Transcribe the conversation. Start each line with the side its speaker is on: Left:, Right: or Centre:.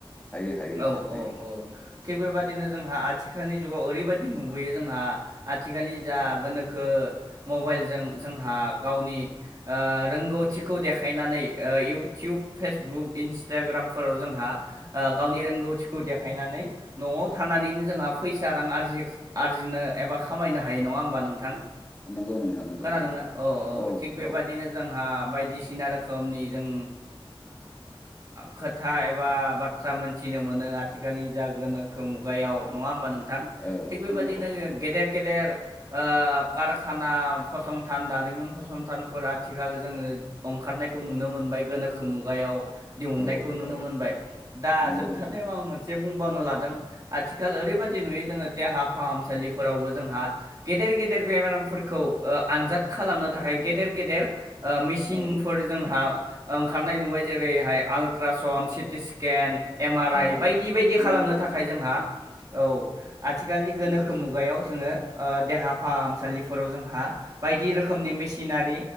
Left: हायो हायो नोंथां
Right: औ
Left: हायो
Right: औ औ थिग बेबदिनो जोंहा आथिखालनि जुगाव ओरैबायदि नुबोयो जोंहा आथिखालनि जा गोनोखो मबाइलजों जोंहा गावनि रोंगौ खौ देखायनानै इउटुब फेसबुक इन्सटाग्रामफोराव जोंहा गावनि रोंगौथिखौ देखायनानै न'आव थानानैनो जोंहा फैसा रांजि आरजिनो एबा खामायनो हायो नङा होमबा नोंथां
Left: नंगौ नोंथां नंगौ
Right: खोनादोंना
Left: नंगौ
Right: औ औ थिग बेबादिनो
Left: औ ओ
Right: जोंहा बायदिसिना रोखोमनि जों खोथा एबा बाथ्रा मोनथि नो मोनो आथिखालनि जा गोनोखो मुगायाव नङा होमबा नोंथां
Left: औ
Right: थिग बेबायदिनो
Left: नंगौ
Right: गेदेर गेदेर कारखाना फसंथान दारिमिन फसंथानफोर आथिखाल जोङो ओंखारनायखौ नुनो मोनबाय गोनोखो मुगायाव दिहुननायखौ
Left: औ
Right: नुनो
Left: औ
Right: मोनबाय दा
Left: नंगौ
Right: जोबथनायाव
Left: नोंथां
Right: आं मोनसे बावनो लादों आथिखाल ओरैबादि नुयो जोङो देहा फाहामसालिफोरावबो जोंहा गेदेर गेदेर बेमारफोरखौ ओ आनजाद खालामनो थाखाय गेदेर गेदेर ओ मेसिनफोर
Left: औ
Right: जोंहा ओंखारनाय नुबाय जेरैहाय ultrasound seat scan M R
Left: औ
Right: आइ बायदि बायदि खालामनो
Left: नंगौ
Right: थाखाय जोंहा औ आथिखालनि गोनोखो मुगायाव जोङो ओ देहा फाहामसालिफोराव जोंहा बायदि रोखोमनि मिसिनारि